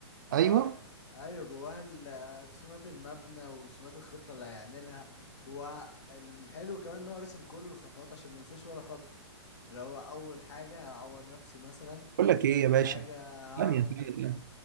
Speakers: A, on the left; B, on the right.
A: اه
B: ايوه
A: ايوه جواها ال- رسومات المبنى ورسومات الخطه اللي هيعملها والحلو كمان ان هو راسم كل الخطوات عشان ما ينساش ولا خطوه اللي هو اول حاجه هعور نفسي مثلا
B: بقول لك ايه
A: تاني
B: يا باشا
A: حاجه هعرف
B: ثانيه ثانيه
A: ال...
B: ثانية.